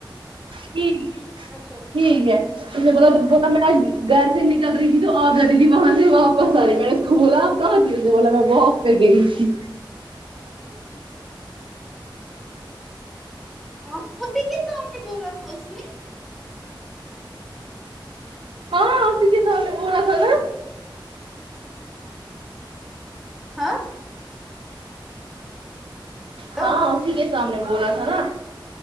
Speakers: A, on the right (about 80°); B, in the centre.
A: ٹھیک ہے
B: اچھا
A: ٹھیک ہے اس نے بولادیکھو میں آج گھر سے نکل رہی تھی تو آپ جاتی تھی وہاں سے واپس آ رہی میں نے اس کو بولا کھا گیی میں نے بولا واک پہ گیی تھی
B: ہاں اسی کے سامنے بولا تھا اس نے
A: ہا اسی کے سامنے بولا تھا نہ
B: ہاں
A: ہاں
B: ہلو
A: ہاں اسی کے سامنے بولا تھا نا